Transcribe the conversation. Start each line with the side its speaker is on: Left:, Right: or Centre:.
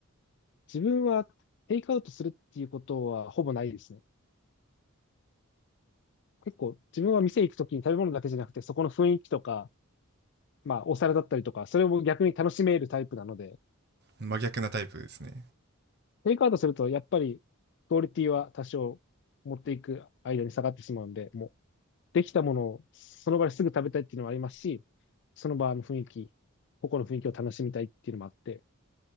Left: 自分はテイクアウトするっていうことはほぼないですね。結構自分は店行くときに食べ物だけじゃなくて、そこの雰囲気とか、まあお皿だったりとか、それを逆に楽しめるタイプなので、
Right: 真逆なタイプですね、
Left: テイクアウトするとやっぱりクオリティは多少持っていく間に下がってしまうんで、もうできたものをその場ですぐ食べたいっていうのもありますし、その場の雰囲気、個々の雰囲気を楽しみたいっていうのもあって、